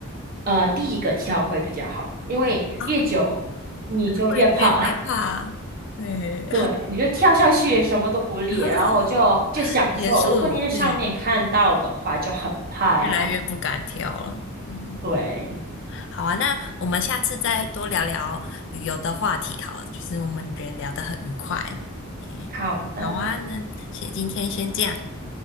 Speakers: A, on the right (about 40°); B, on the left (about 55°).
A: 呃，第一个跳会比较好，因为越久你就越怕，
B: 啊，会点害怕。对，
A: <laughs> 对，你就跳下去什么都不理，
B: <laughs>
A: 然后就就享受。
B: 结束，
A: 如果你在上面看到的话，
B: 对，
A: 就很怕呀。
B: 越来越不敢挑了。嗯，
A: 对，
B: 好啊，那我们下次再多聊聊旅游的话题，好了就是我们觉得聊得很愉快。耶好啊，
A: 好的，
B: 那先今天先这样，